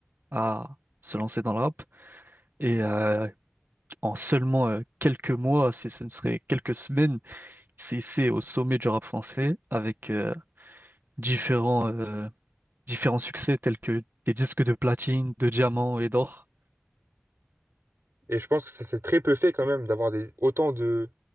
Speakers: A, on the right; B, on the right.
A: à se lancer dans le rap et euh, en seulement euh, quelques mois, si ce ne serait quelques semaines, C'est ici au sommet du rap français avec euh, différents, euh, différents succès tels que des disques de platine, de diamant et d'or.
B: et je pense que ça s'est très peu fait quand même d'avoir des, autant de,